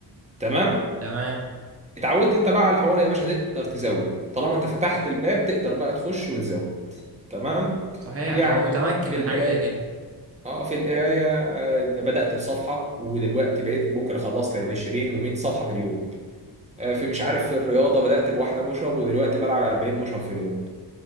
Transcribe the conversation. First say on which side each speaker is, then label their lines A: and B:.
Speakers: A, on the right; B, on the right.
A: تمام
B: تمام
A: اتعودت انت بقى على الحوار يا باشا تقدر تزود طالما انت فتحت الباب تقدر بقى تخش وتزود تمام
B: صحيح
A: يعني
B: تبقى متمكن
A: في
B: من
A: القرايه
B: حاجة زي كده
A: اه في القرايه آه، بدات بصفحه ودلوقتي بقيت ممكن اخلص لي 20 و100 صفحه في اليوم آه، في مش عارف في الرياضه بدات بواحده بوش اب ودلوقتي بلعب 40 بوش اب في اليوم